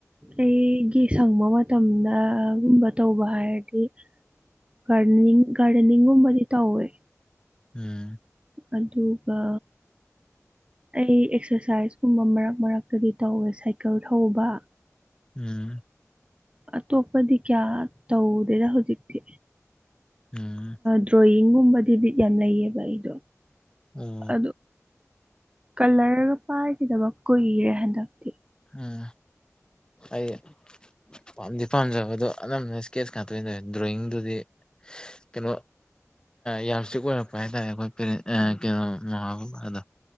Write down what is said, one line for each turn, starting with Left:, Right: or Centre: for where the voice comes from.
Right: ꯑꯩꯒꯤ ꯁꯪꯕ ꯃꯇꯝꯗꯒꯨꯝꯕ ꯇꯧꯕ ꯍꯥꯏꯔꯗꯤ ꯒꯥꯔꯗꯅꯤꯡ ꯒꯥꯔꯗꯦꯅꯤꯡꯒꯨꯝꯕꯗꯤ ꯇꯧꯋꯦ
Left: ꯎꯝ
Right: ꯑꯗꯨꯒ ꯑꯩ ꯑꯦꯛꯁꯔꯁꯥꯏꯁꯀꯨꯝꯕ ꯃꯔꯛ ꯃꯔꯛꯇꯒꯤ ꯇꯧꯋꯦ ꯁꯥꯏꯀꯜ ꯊꯧꯕ
Left: ꯎꯝ
Right: ꯑꯇꯣꯞꯄꯗꯤ ꯀꯌꯥ ꯇꯧꯗꯦꯗ ꯍꯧꯖꯤꯛꯇꯤ
Left: ꯎꯝ
Right: ꯗ꯭ꯔꯣꯣꯌꯤꯡ ꯒꯨꯝꯕꯗꯤ ꯕꯤꯠ ꯌꯥꯝ ꯂꯩꯌꯦꯕ ꯑꯩꯗꯣ
Left: ꯑꯣ
Right: ꯑ ꯀꯂꯔꯒ ꯄꯥꯏꯈꯤꯗꯕ ꯀꯨꯏꯔꯦ ꯍꯟꯗꯛꯇꯤ
Left: ꯎꯝ ꯑꯩ ꯄꯥꯝꯗꯤ ꯄꯥꯝꯖꯕ ꯑꯗꯣ ꯑꯅꯝꯕꯅ ꯏꯁꯀꯦꯠꯁ ꯉꯥꯛꯇꯣꯛꯣꯏ ꯇꯦ ꯗ꯭ꯔꯣꯣꯌꯤꯡꯗꯨꯗꯤ ꯀꯩꯅꯣ ꯌꯥꯝ ꯏꯁꯤꯛ ꯑꯣꯏꯔꯛꯄ ꯍꯥꯏꯇꯥꯔꯦ ꯑꯩꯈꯣꯏ ꯀ ꯀꯩꯅꯣ ꯃꯃꯥ ꯕꯕꯥꯗ